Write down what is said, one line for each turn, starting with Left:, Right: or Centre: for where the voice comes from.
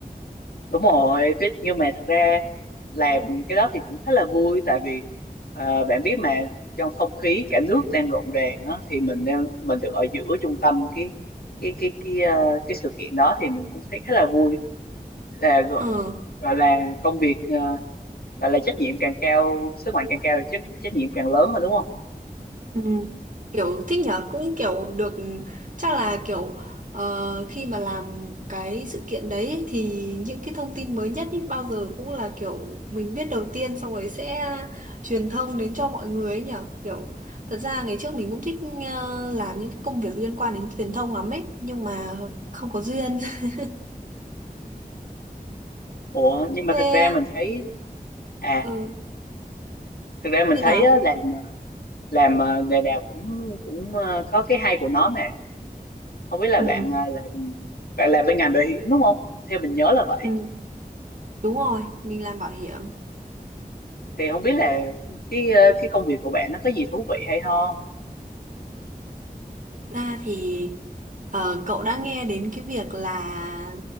Left: đúng rồi biết nhưng mà thật ra làm cái đó thì cũng khá là vui tại vì ờ, bạn biết mà trong không khí cả nước đang rộn ràng á thì mình đang mình được ở giữa trung tâm cái cái cái cái ờ, cái sự kiện đó thì mình cũng thấy khá là vui là gọi
Right: Ờ
Left: gọi là công việc ờ, gọi là trách nhiệm càng cao sức mạnh càng cao thì trách trách nhiệm càng lớn hơn đúng không
Right: Ừ. kiểu thích nhở cũng kiểu được chắc là kiểu ờ, khi mà làm cái sự kiện đấy ấy, thì những cái thông tin mới nhất ý, bao giờ cũng là kiểu mình biết đầu tiên xong rồi sẽ truyền thông đến cho mọi người ấy nhở kiểu thật ra ngày trước mình cũng thích ờ, làm những cái công việc liên quan đến truyền thông lắm ấy nhưng mà không có duyên <laughs>
Left: ủa nhưng mà
Right: thế
Left: thật ra mình thấy à
Right: ừ
Left: thật ra mình
Right: như
Left: thấy
Right: nào
Left: á, làm ờ, làm ờ, nghề nào cũng cũng ờ, có cái hay của nó mà không biết là
Right: Ừ.
Left: bạn à, làm bạn làm bên ngành bảo hiểm đúng không theo mình nhớ là vậy
Right: ừ đúng rồi mình làm bảo hiểm
Left: thì không biết là cái ờ, cái công việc của bạn nó có gì thú vị hay không
Right: ra thì ờ, cậu đã nghe đến cái việc là